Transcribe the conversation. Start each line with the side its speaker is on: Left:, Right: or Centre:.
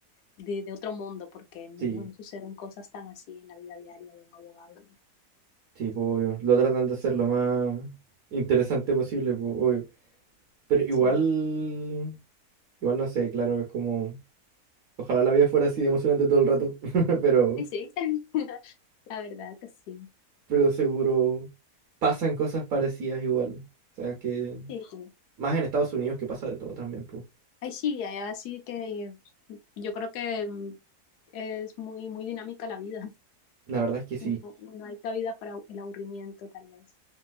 Left: de, de otro mundo, porque no,
Right: Sí.
Left: no suceden cosas tan así en la vida diaria de un abogado.
Right: Sí, pues, obvio. Lo tratan de hacer lo más interesante posible, pues, obvio. Pero igual,
Left: Sí,
Right: igual no sé, claro, es como, ojalá la vida fuera así de emocionante todo el rato, <laughs> pero,
Left: Ay, sí, <laughs> la verdad que sí.
Right: pero seguro pasan cosas parecidas igual. O sea, que
Left: Sí, sí.
Right: más en Estados Unidos que pasa de todo también, pues.
Left: Ay, sí, ay, así que yo creo que mm, es muy, muy dinámica la vida.
Right: La verdad es que sí.
Left: <laughs> No, no hay cabida para el aburrimiento, tal vez.